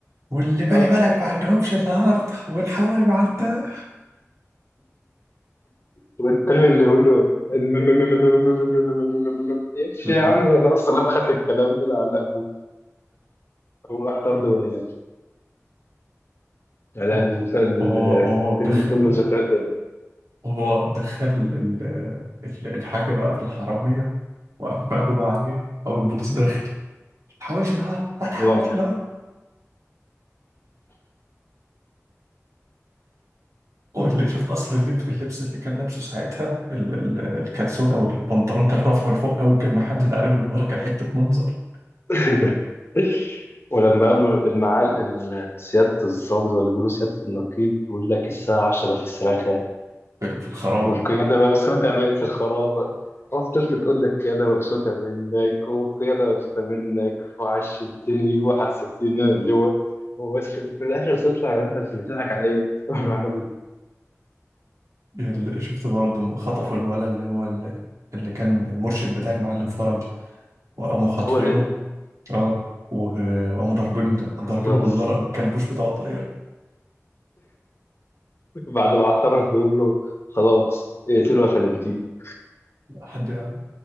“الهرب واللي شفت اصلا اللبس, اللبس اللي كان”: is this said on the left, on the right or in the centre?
Right